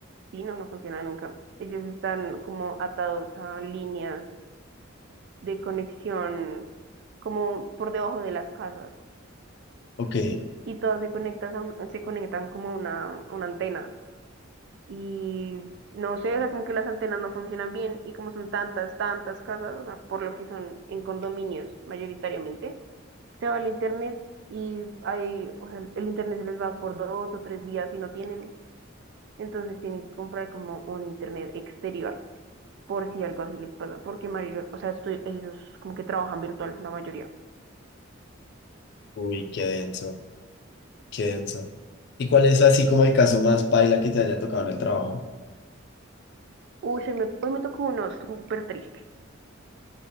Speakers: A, on the right; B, on the left.
A: sí, no, no funciona nunca. Ellos están como atados a líneas de conexión como por debajo de las casas.
B: Ok.
A: y todas se conectan a un- se conectan como a una, una antena. Y no sé, o sea, como que las antenas no funcionan bien y como son tantas, tantas casas, o sea, por lo que son en condominios mayoritariamente, se va el internet y hay, o sea, el internet se les va por dos o tres días y no tienen, entonces tienen que comprar como un internet exterior por si algo así les pasa, porque Mario, o sea, estoy, ellos como que trabajan virtual la mayoría.
B: Uy, qué denso, qué denso. ¿Y cuál es así como el caso más paila que te haya tocado en el trabajo?
A: Uy, se me- hoy me tocó uno súper triste.